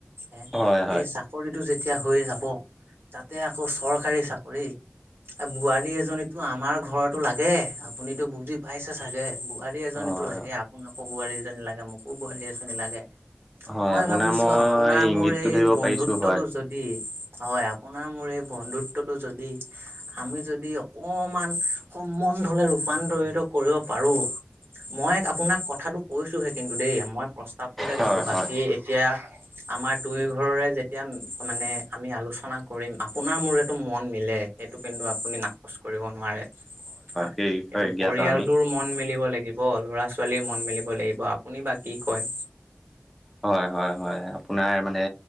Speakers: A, on the right (about 60°); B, in the centre.
A: এ
B: হয় হয়
A: এই চাকৰিটো যে এতিয়া হৈ যাব তাতে আকৌ চৰকাৰী চাকৰি। বোৱাৰী এজনীতো আমাৰ ঘৰতো লাগে, আপুনিতো বুজি পাইছে চাগে। বোৱাৰী এজনীতো
B: হয়
A: লাগে আপোনাকো বোৱাৰী এজনী লাগে মোকো বোৱাৰী এজনী লাগে।
B: হয়
A: মই
B: আপোনাৰ
A: ভাবিছো
B: মই
A: আপোনাৰ মোৰ
B: ইংগিতটো
A: এই
B: ধৰিব
A: বন্ধুত্বটো
B: পাৰিছো হয়
A: যদি হয় আপোনাৰ মোৰ এই বন্ধুত্বটো যদি আমি যদি অকমান সম্বন্ধলৈ ৰূপান্তৰিত কৰিব পাৰোঁ। মই আপোনাক কথাটো কৈছোহে কিন্তু দেই মই প্ৰস্তাৱটোহে
B: হয়
A: দিছো বাকী
B: হয়
A: এতিয়া আমাৰ দুই ঘৰৰে যেতিয়া মানে আমি আলোচনা কৰিম আপোনাৰ মোৰেটো মন মিলে। সেইটো কিন্তু আপুনি নাকচ কৰিব নোৱাৰে হয়
B: সেই বিষয়ে
A: কিন্তু
B: জ্ঞাত
A: পৰিয়ালটোৰ
B: আমি
A: মন মিলিব লাগ- গিব লৰা ছোৱালীৰ মন মেলিব লাগিব আপুনি বা কি কয়।
B: হয় হয় হয় আপোনাৰ মানে